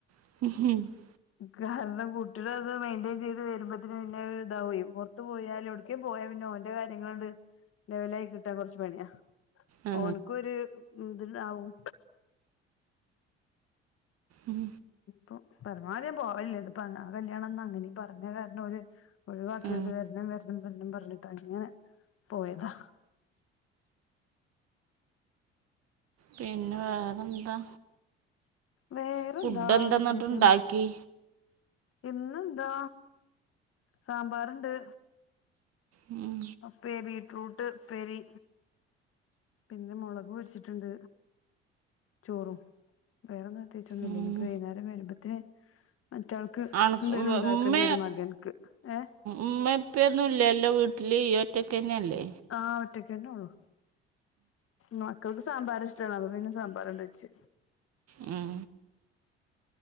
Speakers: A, on the right; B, on the left.
A: <unintelligible>
B: കാരണം കുട്ടികള അത് മെയിന്റെയ്ൻ ചെയ്ത് വരുമ്പോത്ത്ന് പിന്നെ ഇതാവേ. ത്ത് പോയാല് എട്ക്കേംപോയാല് പിന്നെ ഓന്റെ കാര്യങ്ങളാണ്ട് ലെവലായി കിട്ടാൻ കൊർച്ച് പണ്യാ.
A: ആ
B: ഓൻക്കൊര് ഇത്ണ്ടാവും.
A: ഉം
B: പൊ പരമാവധി ഞാപോവലില്ല ഇത്പ്പൊ അങ്ങ കല്യാണംന്ന് അങ്ങനീം പർഞ്ഞ കാരണം ഓല്. ഒഴിവാക്കര്ത്
A: ആ
B: വര്ണം വര്ണം വര്ണം പറഞ്ഞിട്ടങ്ങനെ പോയതാ.
A: പിന്നെ വേറെന്താ?
B: വേറെന്താ
A: ഫുഡ് എന്താ
B: വിശേഷം
A: എന്നിട്ട് ഇണ്ടാക്കി?
B: ഇന്നെന്താ സാമ്പാറ്ണ്ട്.
A: ഉം
B: ഉപേരി ബീറ്റ്റൂട്ട് ഉപ്പേരി പിന്നെ മൊളക് പൊരാച്ച്ട്ട്ണ്ട് ചോറും വേറൊന്ന് പ്രത്തൈച്ചൊന്നുംല്ല
A: ഉം
B: ഇനിയിപ്പ വൈകേരം വരുമ്പോത്തിന്. മറ്റാൾക്ക്
A: അണക്ക്
B: എന്തേലും ഉണ്ടാക്കണ്ടരും
A: ഉമ്മ
B: മകൻക്ക് ഏഹ്.
A: ഉമ്മ ഉപ്യൊന്നും ഇല്ലല്ലോ വീട്ടല് യ്യ് ഒറ്റക്കന്നെല്ലേ?
B: ആഹ് ഒറ്റക്കന്നൊള്ളു മ ക്കൾക്ക് സാമ്പാറ് ഇഷ്ടാണ് അപ്പ പിന്നെ സാമ്പാറണ്ടെച്ച്.
A: ഉം